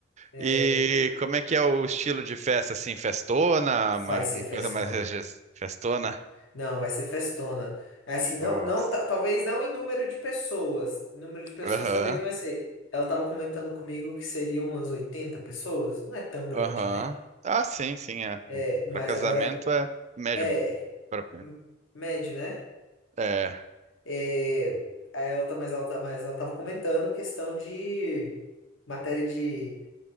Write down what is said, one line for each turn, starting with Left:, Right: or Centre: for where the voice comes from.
Left: É,
Right: E como é que é o estilo de festa, assim? Festona? Uma
Left: vai ser
Right: uma
Left: festona.
Right: coisa mais rege- festona?
Left: Não, vai ser festona. É Assim, não,
Right: Nossa.
Left: não, ta- talvez não em número de pessoas. Número de pessoas
Right: Aham,
Left: talvez não vai ser. Ela tava comentando comigo que seriam umas 80 pessoas. Não é tão grande,
Right: aham.
Left: né?
Right: Ah, sim, sim, é.
Left: É, mas
Right: Para casamento
Left: agora
Right: é médio.
Left: é
Right: pra-
Left: m- médio, né?
Right: É.
Left: É, aí ela tá, mas ela tá, mas ela tava comentando questão de matéria de